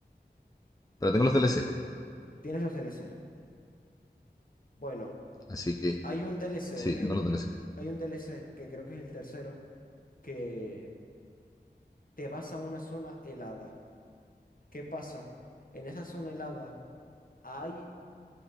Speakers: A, on the left; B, on the left.
A: Pero tengo los DLC,
B: ¿tienes los DLC? Bueno,
A: así que
B: hay un DLC,
A: sí,
B: ¿ok?
A: tengo los DLC.
B: Hay un DLC que creo que es el tercero, que te vas a una zona helada. ¿Qué pasa? En esa zona helada hay